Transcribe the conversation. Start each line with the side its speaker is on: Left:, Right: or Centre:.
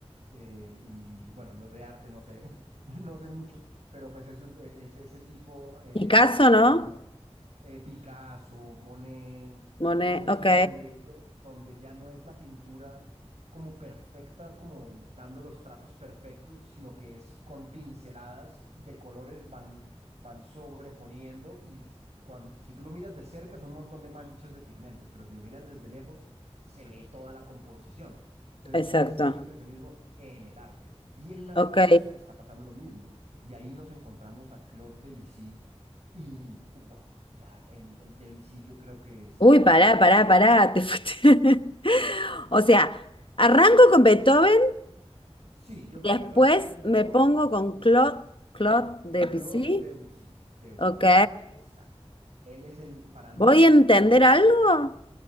Right: eh, y bueno, yo de arte no sé, <laughs> no sé mucho, pero pues eso es, eh, es ese tipo, em,
Left: Picasso, ¿no?
Right: creo que Mo- eh, Picasso, Monet,
Left: Monet,
Right: todos esos
Left: ok.
Right: donde, do- donde ya no es la pintura como perfecta, como dando los trazos perfectos, sino que es con pinceladas de colores van, van sobreponiendo y s- cuan- si tú lo miras de cerca es un montón de manchas de pigmentos, pero si lo miras desde lejos se ve toda la composición. Entonces,
Left: Exacto.
Right: ese es el impresionismo en el arte. Y en la
Left: Ok.
Right: música está pasando lo mismo. Y ahí nos encontramos a Claude Debussy. Y, wow, ya en, en Debussy yo creo que es
Left: Uy,
Right: la...
Left: pará, pará, pará, te fuiste. <laughs> O sea, arranco con Beethoven,
Right: Sí, yo creo
Left: después
Right: que arrancas con Beethoven.
Left: me pongo con Claude, Claude Debussy,
Right: Claude Debussy. Debussy,
Left: ok.
Right: exacto. Él es el, para mí,
Left: ¿Voy a entender algo